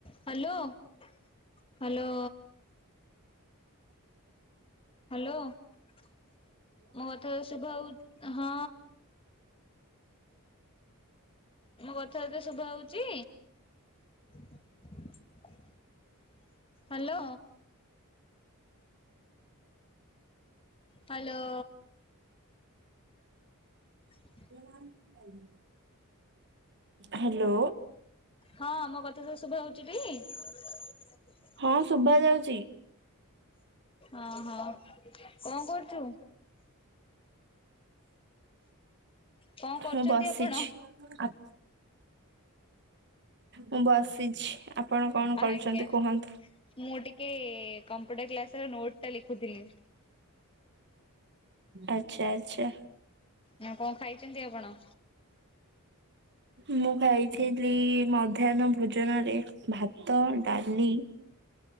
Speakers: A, on the left (about 25°); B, on the right (about 55°).
A: ହ୍ୟାଲୋ ହ୍ୟାଲୋ ହ୍ୟାଲୋ ମୋ କଥା ତତେ ଶୁଭା ହଉ ହଁ ମୋ କଥା ତତେ ଶୁଭା ହଉଛି। ହ୍ୟାଲୋ। ହ୍ୟାଲୋ। ହଁ
B: ହ <unintelligible> ହ୍ୟାଲୋ।
A: ହଁ ମୋ କଥା ସବୁ ଶୁଭା ହଉଛି ଟି
B: ହଁ ଶୁଭା ଯାଉଛି
A: ଓ ହଁ କଣ କରୁଛୁ। କଣ କରୁଛନ୍ତି
B: ମୁଁ ବସିଛି।
A: ଆପଣ?
B: ମୁଁ ବସିଛି। ଆପଣ କଣ
A: ଆଜ୍ଞା
B: କରୁଛନ୍ତି କୁହନ୍ତୁ?
A: ମୁଁ ଟିକେ କମ୍ପ୍ୟୁଟର କ୍ଲାସ ର ନୋଟ ଟା ଲେଖୁଥିଲି।
B: ଆଚ୍ଛା ଆଚ୍ଛା।
A: ନା କଣ ଖାଇଛନ୍ତି ଆପଣ?
B: ମୁଁ ଖାଇଥିଲି ମଧ୍ୟାହ୍ନ ଭୋଜନ ରେ ଭାତ ଡାଲି।